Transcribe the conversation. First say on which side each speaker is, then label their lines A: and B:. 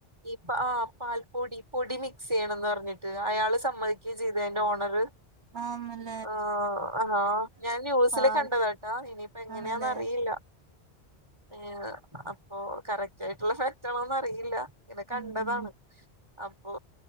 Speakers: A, on the right (about 25°); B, on the right (about 80°).
A: ഈ പ്പാ ആഹ് പാൽപ്പൊടി പൊടി മിക്സെയ്യ്ണ്ന്നർഞ്ഞിട്ട് അയാള് സമ്മതിക്കേം ചെയ്ത് അയ്ന്റെ ഓണറ്.
B: ആഹ് ന
A: ആഹ് ഹാ ഞാൻ ന്യൂസില്
B: പാൽ
A: കണ്ടതാട്ടാ ഇനിയിപ്പോ എങ്ങനാന്ന്
B: ആന്നല്ലേ
A: അറിയില്ല. ഏഹ് അപ്പൊ കറക്റ്റ് ആയിട്ടുള്ള ഫാക്റ്റ് ആണോന്നും അറിയില്ല. ഇങ്ങനെ കണ്ടതാണ്.
B: ഉം
A: അപ്പൊ